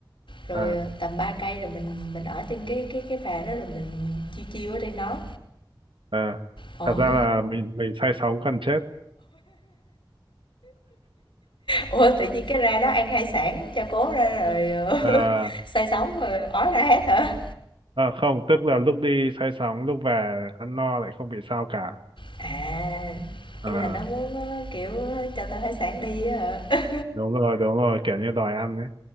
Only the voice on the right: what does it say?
à,
à,
thật ra là mình mình say sóng gần chết
à,
à, không tức là lúc đi say sóng lúc về ăn no lại không bị sao cả
à,
đúng rồi đúng rồi kiểu như đòi ăn đấy